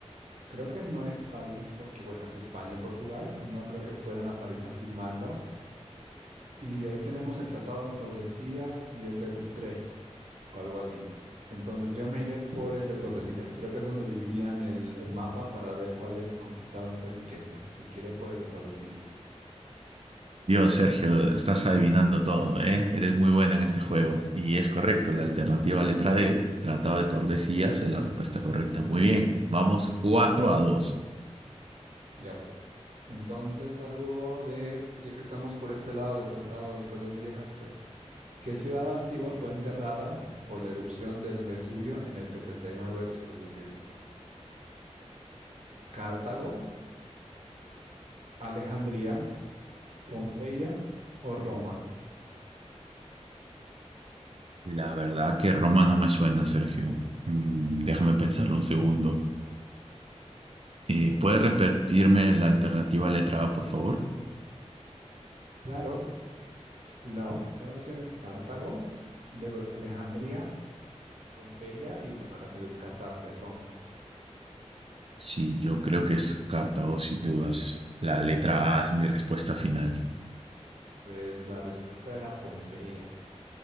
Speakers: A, on the right; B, on the right.
A: Creo que no es París, porque bueno, es España y Portugal. No creo que fueran a París a firmarlo. Y de ahí tenemos el Tratado de Tordesillas y el de Utrecht, o algo así. Entonces yo me iré por el de Tordesillas. Creo que es donde dividían el, el mapa para ver cuáles conquistaban qué riquezas. Así que iré por el de Tordesillas.
B: Dios, Sergio, estás adivinando todo, ¿eh? Eres muy bueno en este juego. Y es correcto, la alternativa letra D, Tratado de Tordesillas, es la respuesta correcta. Muy bien, vamos 4 a dos
A: Ya pues. Entonces algo de, ya que estamos por este lado de tratados y cosas viejas, pues, ¿qué ciudad antigua fue enterrada por la erupción del Vesubio en el 79 después de Cristo? Cartago, Alejandría, Pompeya o Roma.
B: La verdad que Roma no me suena, Sergio. Mm, déjame pensarlo un segundo. Eh, ¿puedes repetirme la alternativa letra A, por favor?
A: Claro, la primera opción es Cartago, luego es Alejandría, Pompeya y bueno, la que descartaste, Roma.
B: Sí, yo creo que es Cartago, sin dudas. La letra A es mi respuesta final.
A: Pues la respuesta era Pompeya.